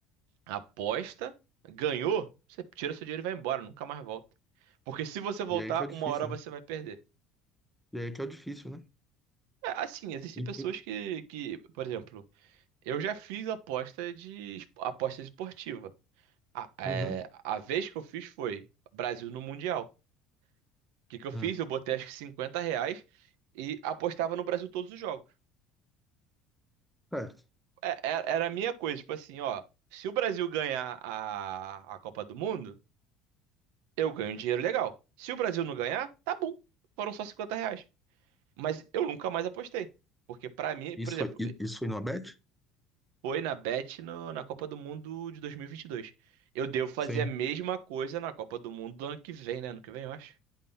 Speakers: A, on the right (about 85°); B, in the centre.
A: aposta, ganhou, você tira seu dinheiro e vai embora, nunca mais volta. Porque se você voltar,
B: E aí que é o difícil,
A: uma hora você
B: né?
A: vai perder.
B: E aí que é o difícil, né?
A: É, assim, existem
B: E-
A: pessoas
B: e-
A: que, que, por exemplo, eu já fiz aposta de es- aposta esportiva. A, é,
B: Uhum,
A: a vez que eu fiz foi Brasil no Mundial. O que que eu fiz?
B: uhum.
A: Eu botei acho que 50 reais e apostava no Brasil todos os jogos.
B: Certo.
A: É, é- era a minha coisa, tipo assim, ó, se o Brasil ganhar a, a Copa do Mundo eu ganho um dinheiro legal. Se o Brasil não ganhar, tá bom. Foram só 50 reais. Mas eu nunca mais apostei. Porque pra mim,
B: Isso,
A: por exemplo,
B: foi- i- isso foi no Abet?
A: foi na Bet no- na Copa do Mundo de 2022. Eu devo fazer
B: Sim.
A: a mesma coisa na Copa do Mundo do ano que vem, né? Ano que vem, eu acho.